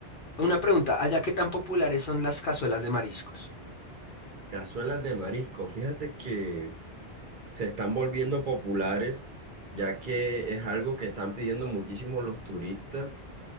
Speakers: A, on the left; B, on the right.
A: una pregunta, ¿allá qué tan populares son las cazuelas de mariscos?
B: cazuelas de marisco, fíjate que se están volviendo populares ya que es algo que están pidiendo muchísimo los turistas.